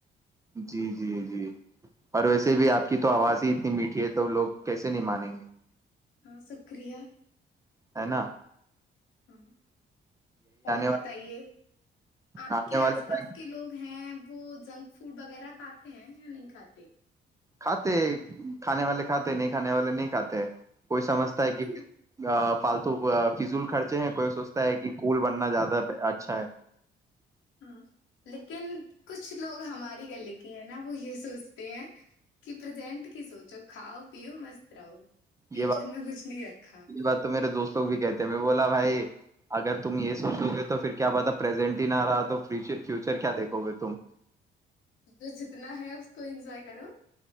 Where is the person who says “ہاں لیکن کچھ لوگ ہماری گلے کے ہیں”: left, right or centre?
Left